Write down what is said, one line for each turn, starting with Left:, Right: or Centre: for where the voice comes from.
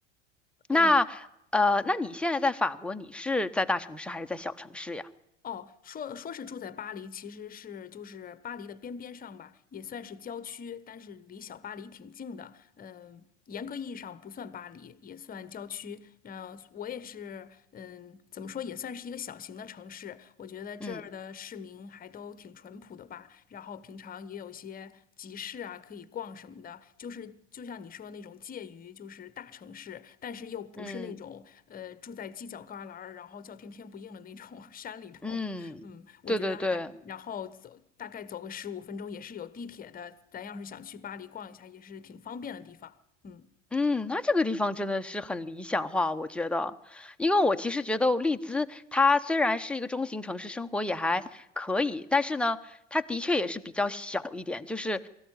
Left: 嗯，
Centre: 那呃，那你现在在法国，你是在大城市还是在小城市呀？
Left: 哦，说说是住在巴黎，其实是就是巴黎的边边上吧，也算是郊区，但是离小巴黎挺近的。嗯，严格意义上不算巴黎，也算郊区。嗯，我也是，嗯，怎么说也算是一个小型的城市。我觉得这儿的市民还都挺淳朴的吧，
Centre: 嗯
Left: 然后平常也有一些集市啊可以逛什么的，就是就像你说的那种介于就是大城市，但是又不是那种呃住在犄角旮旯儿，
Centre: 嗯
Left: 然后叫天天不应的那种 <laughs> 山里头。
Centre: 嗯，
Left: 嗯，我觉得还，
Centre: 对对对，
Left: 然后走大概走个十五分钟也是有地铁的，咱要是想去巴黎逛一下也是挺方便的地方。嗯
Centre: 嗯，那这个地方真的是很理想化，我觉得，因为我其实觉得利兹它虽然是一个中型城市，生活也还可以，但是呢，它的确也是比较小一点，就是